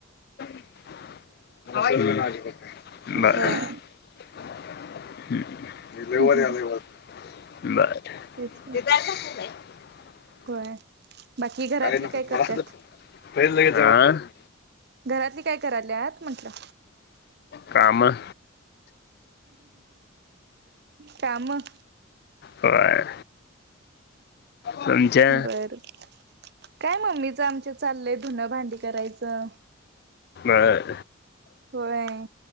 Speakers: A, on the left (about 50°); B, on the right (about 50°).
A: बरं.
B: होय.
A: हम्म.
B: हम्म हम्म
A: <unintelligible>
B: तेच की होय बाकी घरातली
A: नको
B: काय
A: मला
B: करतात.
A: तर पहिलं लगेच जबाब हा
B: घरातली काय करायल्यात म्हटलं?
A: कामं.
B: कामं.
A: होय तुमच्या
B: बरं. काय मम्मीचं आमचे चाललंय धुनं भांडी करायचं.
A: काय.
B: होय.